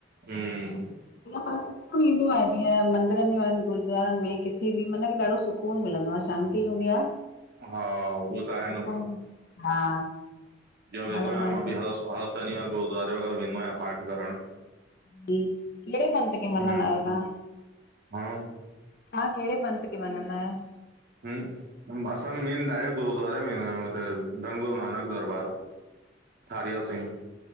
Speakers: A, on the right; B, on the left.
A: हूं।
B: पर सुकून ईंदो आहे जीअं मंदरनि गुरद्वारनि में किथे बि मन ॾाढो सु सुकून मिलंदो आहे शांती हूंदी आ!
A: हा उह त आहे
B: सुकून
A: न!
B: हा!
A: वेंदोयां
B: ॾाढो मन
A: मां
B: ख़ुश
A: बि ह हर शनिवार गुरुद्वारे वग़ैरह वेंदो आहियां पाठ करणु!
B: जी कहिड़ड़े पंत मञदा
A: हम्म
B: आहियो तव्हां
A: हा
B: तव्हां कहिड़े पंथ खे मञदा आहियो?
A: हूं। असां मेन डायरेक्ट गुरुद्वारे में वेंदा आयो धनगुरू नानक दरबार आ। हारिया सीगं